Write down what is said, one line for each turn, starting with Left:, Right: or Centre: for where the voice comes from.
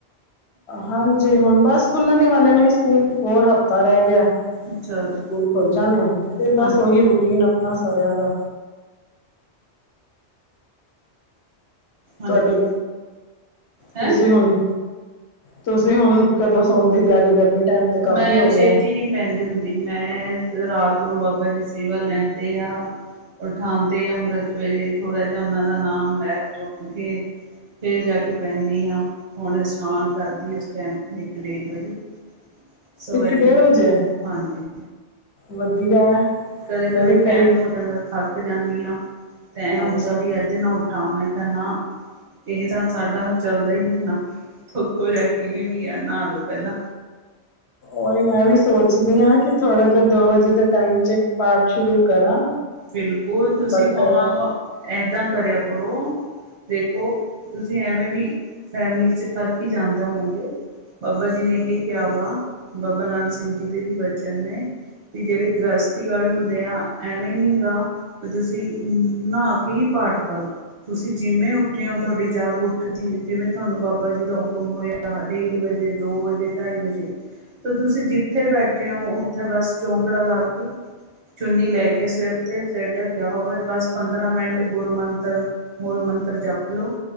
Left: ਹਾਂਜੀ ਹੁਨ ਬਸ ਖੁੱਲਣ ਈ ਵਾਲੇ ਨੇ ਸਕੂਲ ਹੋਰ ਹਫ਼ਤਾ ਰਹਿ ਗਿਐ।
Right: ਅੱਛਾ ਜੀ
Left: ਸਕੂਲ ਖੁੱਲ ਜਾਣ ਤੇ ਫਿਰ ਬਸ
Right: ਹਾਂਜੀ
Left: ਓਹੀ ਰੂਟੀਨ ਆਪਣਾ ਸਾਰਿਆਂ ਦਾ।
Right: ਹਾਂਜੀ
Left: ਤੁਹਾਡੇ।
Right: ਹੈਂ
Left: ਤੁਸੀਂ ਹੁਨ ਤੁਸੀਂ ਹੁਣ ਕਦੋਂ ਸੋਣ ਦੀ ਤਿਆਰੀ ਕਰਨੀ ਟਾਈਮ ਤੇ ਕਾਫੀ
Right: ਮੈਂ
Left: ਹੋ
Right: ਛੇਤੀ
Left: ਗਿਐ?
Right: ਨਹੀਂ ਪੈਂਦੀ ਹੁੰਦੀ ਮੈਂ ਰਾਤ ਨੂੰ ਬਾਬਾ ਜੀ ਸੇਵਾ ਲੈਂਦੇ ਹੁੰਦੇ ਆ। ਉਠਾਨਤੇ ਅੰਮ੍ਰਿਤ ਵੇਲੇ ਥੋੜਾ ਜਿਹਾ ਉਹਨਾਂ ਦਾ ਨਾਮ ਲੈ ਜੋਪ ਕੇ। ਫਿਰ ਜਾ ਕੇ ਪੈਂਨੀ ਆ ਹੁਣ ਇਸ਼ਨਾਨ ਕਰਦੀ ਆ ਉਸ ਟਾਈਮ ਇੱਕ -ਡੇਢ ਵਜੇ। ਸਵਾ
Left: ਇੱਕ
Right: ਇਕ
Left: ਡੇਢ
Right: ਵ
Left: ਵਜੇ
Right: ਹਾਂਜੀ।
Left: ਵਧੀਆ।
Right: ਕਦੇ-ਕਦੇ
Left: ਮੈਂ ਵੀ
Right: ਟੈਮ
Left: ਕਈ
Right: ਹੋ ਜਾਂਦਾ ਥੱਕ ਜਾਂਨੀ ਆ ਤੇ ਐਹ ਹੁੰਦਾ
Left: ਅੱਛਾ
Right: ਵੀ ਅੱਜ ਕਿ ਨਾ ਉੱਠਾ ਮੈਂ ਕਿਹਾ ਨਾ। ਇਹ ਤਾਂ ਸਾਡਾ ਚੱਲਦਾ ਹੀ ਰਹਿਣਾ। ਥੋੱਕੋ ਜਾ ਕਿਵੇਂ ਵੀ ਆ ਨਾ ਲਓ ਪਹਿਲਾਂ।
Left: ਉਹੀ ਮੈਂ ਵੀ ਸੋਚਦੀ ਆ ਕਿ ਥੋੜਾ ਜਿਹਾ ਦੋ ਵਜੇ ਦੇ ਟਾਈਮ 'ਚ ਪਾਠ ਸ਼ੁਰੂ ਕਰਾਂ।
Right: ਬਿਲਕੁਲ ਤੁਸੀਂ
Left: ਬਟ
Right: ਭਵਾਂਵਾ ਏਦਾਂ ਕਰਿਆ ਕਰੋ ਦੇਖੋ ਤੁਸੀਂ ਐਵੇਂ ਵੀ ਫੈਮਿਲੀ 'ਚ ਥੱਕ ਹੀ ਜਾਂਦੇ ਹੋਂਗੇ। ਬਾਬਾ ਜੀ ਨੇ ਇਹ ਕਿਹਾ ਵਾ ਬਾਬਾ ਨੰਦ ਸਿੰਘ ਜੀ ਦੇ ਵੀ ਬਚਨ ਨੇ। ਕੀ ਜੇੜ੍ਹੇ ਗ੍ਰਹਸਤੀ ਵਾਲੇ ਹੁੰਦੇ ਯਾਂ ਅਵੇ ਨੀ ਨਾ ਤੁਸੀਂ ਨਹਾ ਕੇ ਹੀ ਪਾਠ ਕਰੋ। ਤੁਸੀਂ ਜਿਵੇਂ ਉੱਠੇ ਹੋ ਤੁਹਾਡੀ ਜਾਗ ਉੱਠਦੀ ਏ। ਜਿਵੇਂ ਤੁਹਾਨੂੰ ਬਾਬਾ ਜੀ ਦਾ ਹੁਕਮ ਹੋਇਆ। ਡੇਢ ਵਜੇ, ਦੋ ਵਜੇ, ਢਾਈ ਵਜੇ। ਤਾਂ ਤੁਸੀਂ ਜਿੱਥੇ ਬੈਠੇ ਹੋ, ਉੱਥੇ ਬਸ ਚੌਂਕੜਾ ਲਾ ਕੇ, ਚੁੰਨੀ ਲੈ ਕੇ ਸਿਰ ਤੇ ਸਿਰ ਢੱਕਿਆ ਹੋਵੇ। ਬਸ ਪੰਦਰਾਂ ਮਿੰਟ ਗੁਰ ਮੰਤਰ, ਮੂਲ ਮੰਤਰ ਜਪ ਲਓ।